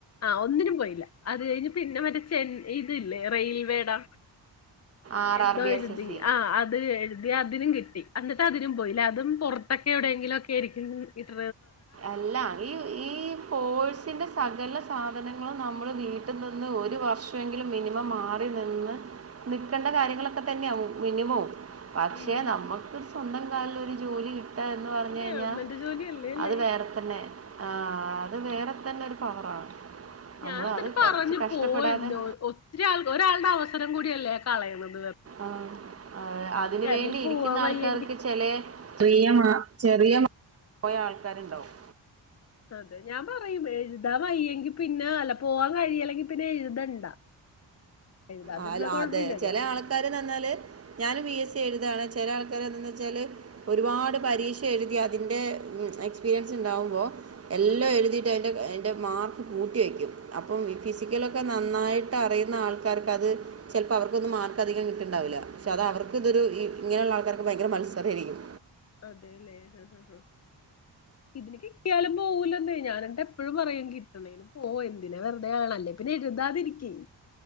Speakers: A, on the left; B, on the right.
A: ആ ഒന്നിനും പോയില്ല അത് കഴിഞ് പിന്നെ മറ്റേ ചെ ഈ ഇല്ലേ റെയിൽവേടെ
B: ആർ
A: എന്തോ
B: ആർ ബി
A: എഴുതി
B: എസ് എസ് സി
A: ആ അത് എഴുതി അതിനും കിട്ടി അ അതിനും പോയില്ല അതും പുറത്തൊക്കെ എവിടെയെങ്കിലുംക്കെ രിക്കും കിട്ടുവാ
B: അല്ല ഈ ഈ ഫോഴ്സിന്റെ സകല സാധനങ്ങളും നമ്മള് വീട്ടിൽ നിന്ന് ഒരു വർഷമെങ്കിലും മിനിമം മാറി നിന്ന് നിൽക്കേണ്ട കാര്യങ്ങളൊക്കെ തന്നെയാണ് മിനിമവും പക്ഷെ
A: ഉം.
B: നമ്മുക്ക് സ്വന്തം കാലിൽ ഒരു ജോലി കിട്ടുവ കിട്ടുവ എന്ന് പറഞ്ഞു
A: ഗവൺമെന്റ്
B: കഴിഞ്ഞാൽ
A: ജോലിയല്ലേ അല്ലേ
B: അത് വേറെ തന്നെ ആഹ് അത് വേറെ തന്നെ ഒരു പവറാണ് നമ്മൾ
A: ഞാൻ എന്നിട്ട്
B: അത്
A: പറഞ്ഞു
B: കുറച്ച് കഷ്ടപ്പെടാതെ
A: പോയ എന്തോ ഒത്തിരി ആൾക്ക് ഒരാളുടെ അവസരം സരം കൂടിയല്ലേ കളയുന്നത്
B: ആഹ് അതെ അതിന് വേണ്ടി
A: നീ
B: ഇരിക്കുന്ന
A: പോവാൻ
B: ആൾക്കാർക്ക്
A: വയ്യെങ്കിൽ
B: വച്ചാല് പ്രീയമാ ചെറിയ മാർക്കിന് പോയ ആൾക്കാരുണ്ടാവും
A: അതെ ഞാൻ പറയും എഴുതാൻ വയ്യെങ്കി പിന്നെ അല്ല പോവാൻ കഴില്ലെങ്കിൽ പിന്നെ എഴുതണ്ട എഴുതാതിരുന്ന
B: ആഹ്
A: കുഴപ്പമില്ലല്ലോ
B: അതെ പെല ആൾക്കാര്ന്ന് പറഞ്ഞാല് ഞാന് പി എസ് സി സി എഴുതയാണ് ചില ആൾക്കാര് അത് ന്ന് വെച്ചാല് ഒരുപാട് പരീക്ഷ എഴുതി അതിൻ്റെ എക്സ്പീരിയൻസ് ഉണ്ടാകുമ്പോൾ എല്ലാം എഴുതിട്ട് അതിൻ്റെ അതിൻ്റെ മാർക്ക് കൂട്ടി വെക്കും അപ്പം ഈ ഫിസിക്കലൊക്കെ നന്ന നന്നായിട്ട് അറിയുന്ന ആൾക്കാർക്ക് അത് ചെലപ്പോ അവർക്കൊന്നും മാർക്ക് അധികം കിട്ടുണ്ടാവില്ല പക്ഷേ അത് അവർക്ക് ഇതൊരു ഇങ്ങനെയുള്ള ആൾക്കാർ ഭയങ്കര മത്സരമാരിക്കും
A: അതെല്ലേ ആഹ് ഇതിന് കിട്ടി ഇതിന് കിട്ടിയാലും പോകലൂന്നേ ഞാന് എന്നിട്ട് എപ്പഴും പറയും കിട്ടണേന് പോ എന്തിനാ വെറുതെ എഴുതണെ അല്ലേ പിന്നെ എഴുതാതിരിക്കേ